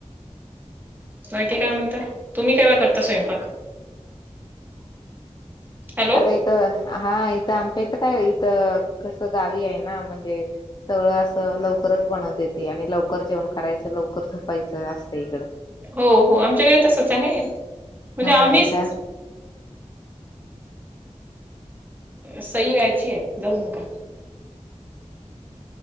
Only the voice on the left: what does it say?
आता इथं हा इथं आमच्या इथं काय इथं कस गावी आहे ना म्हणजे सगळं असं लवकरच बनत येते आणि लवकर जेवण करायचं लवकर झोपायचं असतं इकडं.
हा
इथंच